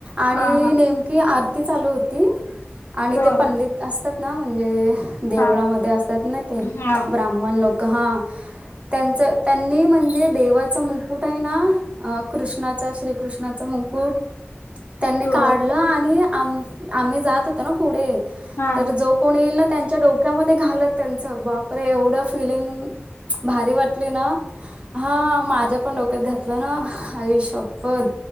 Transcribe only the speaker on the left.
हा हा
होय.
हा
हा
हो
हा